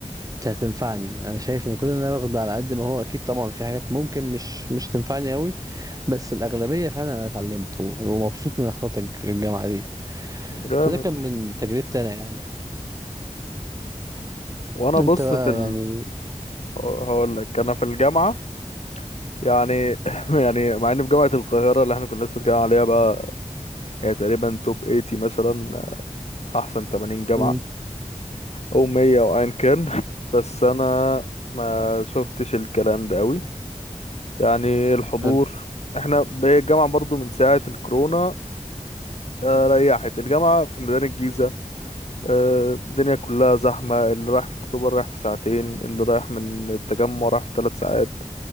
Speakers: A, on the right; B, on the left.
A: ت- هتنفعني انا شايف ان كل اللي انا باخده على قد ما هو اكيد طبعا في حاجات ممكن مش مش تنفعني قوي بس الاغلبيه فعلا انا اتعلمت و- ومبسوط من اختلاط الج- الجامعه دي
B: جامد
A: فده كان من تجربتي انا يعني
B: وانا بص
A: انت بقى
B: في ال...
A: يعني
B: هقول لك انا في الجامعه يعني <laughs> يعني مع اني في جامعه القاهره اللي احنا كنا لسه بنتكلم عليها بقى يعني تقريبا توب 80 مثلا احسن 80 جامعه
A: امم
B: او مية او ايا كان <laughs> بس انا ما شفتش الكلام ده قوي يعني الحضور
A: حلو
B: احنا ب- الجامعة برضو من ساعة الكورونا آه، ريحت الجامعة في ميدان الجيزة آه، الدنيا كلها زحمة اللي رايح في اكتوبر رايح في ساعتين اللي رايح من التجمع رايح في ثلاث ساعات